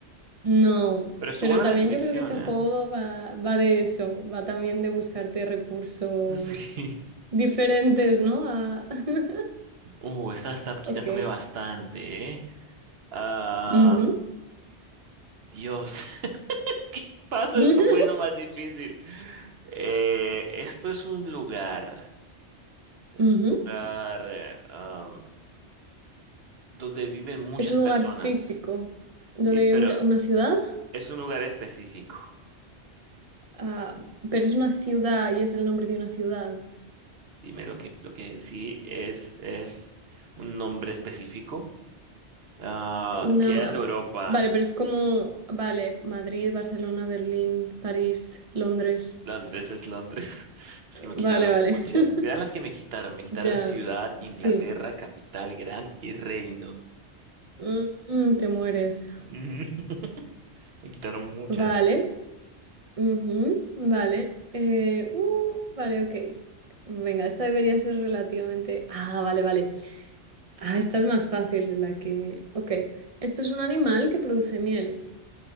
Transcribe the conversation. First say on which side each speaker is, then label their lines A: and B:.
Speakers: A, on the right; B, on the right.
A: No,
B: Pero estuvo
A: pero
B: en
A: también
B: la descripción,
A: yo creo que este
B: ¿eh?
A: juego va, va de eso, va también de buscarte recursos
B: <laughs> Sí.
A: diferentes, ¿no? A- <laughs>
B: Uh, esta está quitándome
A: Ok.
B: bastante, ¿eh? Ah,
A: Ujú.
B: Dios. <laughs> Paso,
A: <laughs>
B: está poniendo más difícil. Eh, esto es un lugar. Es
A: Ujú.
B: un lugar eh, am, donde viven muchas
A: Es un
B: personas.
A: lugar físico donde
B: Sí, pero
A: vive mucha- una ciudad.
B: es un lugar específico.
A: Ah, pero es una ciudad y es el nombre de una ciudad.
B: Dime lo que, lo que sí es, es un nombre específico. Ah,
A: Una,
B: queda
A: ma-
B: en Europa.
A: vale, pero es como, vale, Madrid, Barcelona, Berlín, París, Londres.
B: Londres es Londres. <laughs> Es que me quitaron
A: Vale, vale.
B: muchas.
A: <laughs>
B: Mirá las que me quitaron. Me quitaron
A: Ya,
B: ciudad, Inglaterra,
A: sí.
B: capital, gran y reino.
A: Mm, te mueres.
B: Ujú. <laughs> Me quitaron muchas.
A: Vale. ujú, Vale. Eh, uh, vale, ok. Venga, esta debería ser relativamente... Ah, vale, vale. Ah, esta es más fácil de la que... Ok. Esto es un animal que produce miel.